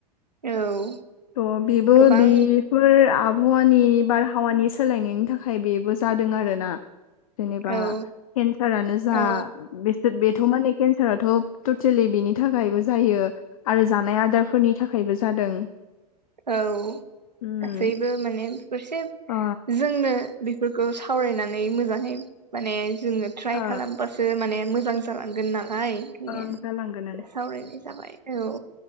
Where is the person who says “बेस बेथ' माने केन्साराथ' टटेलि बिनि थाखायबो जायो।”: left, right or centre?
Left